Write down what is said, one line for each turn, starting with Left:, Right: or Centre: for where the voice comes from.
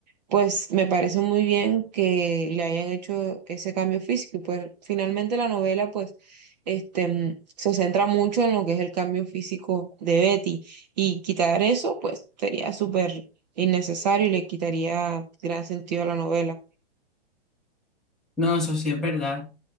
Right: pues me parece muy bien que le hayan hecho ese cambio físico. Y pues finalmente la novela, pues, este, mm, se centra mucho en lo que es el cambio físico de Betty. Y quitar eso, pues, sería súper innecesario y le quitaría gran sentido a la novela.
Centre: No, eso sí es verdad.